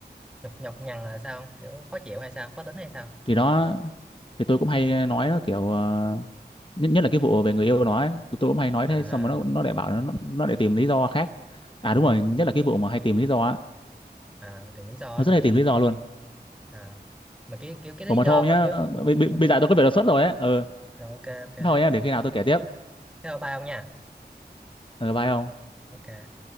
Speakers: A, in the centre; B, on the left.
A: nhọc nhọc nhằn là sao kiểu khó chịu hay sao khó tính hay sao
B: thì đó thì tôi cũng hay nói nó kiểu ờ, nhất nhất là cái vụ về người yêu nó ấy, tôi tôi cũng hay nói
A: à,
B: thế xong rồi nó nó lại bảo nó nó lại tìm lý do khác à đúng
A: ừ.
B: rồi nhất là cái vụ mà hay tìm lý do á
A: à tìm lý do á
B: nó
A: hả
B: rất hay tìm lý do luôn
A: à mà kiểu kiểu cái
B: Ủa
A: lý
B: mà
A: do
B: thôi
A: mà
B: nhá,
A: kiểu ừ,
B: bây, bây
A: mà
B: bây
A: kiểu
B: giờ tôi có việc đột xuất rồi á. Ừ.
A: rồi ok ok
B: Thôi nhá, để khi nào
A: thế
B: tôi kể tiếp.
A: theo ba ông nha
B: Ừ, bye ông.
A: ok